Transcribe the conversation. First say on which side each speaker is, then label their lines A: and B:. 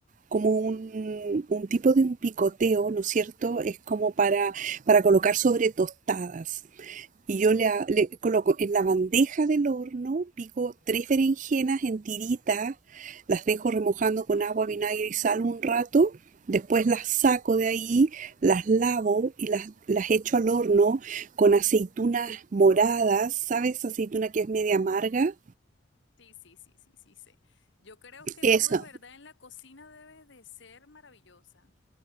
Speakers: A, on the right (about 40°); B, on the left (about 60°).
A: como un, un tipo de un picoteo, ¿no es cierto? Es como para, para colocar sobre tostadas
B: Ujú.
A: y yo le, le coloco en la bandeja del horno, pico tres berenjenas en tiritas, las dejo remojando con agua, vinagre y sal un rato, después las saco de ahí, las lavo y las, las echo al horno con aceitunas moradas, ¿sabes? Aceituna que es media amarga.
B: Sí, sí, sí, sí, sí, sí. Yo creo que
A: esa
B: tú de verdad en la cocina debes de ser maravillosa.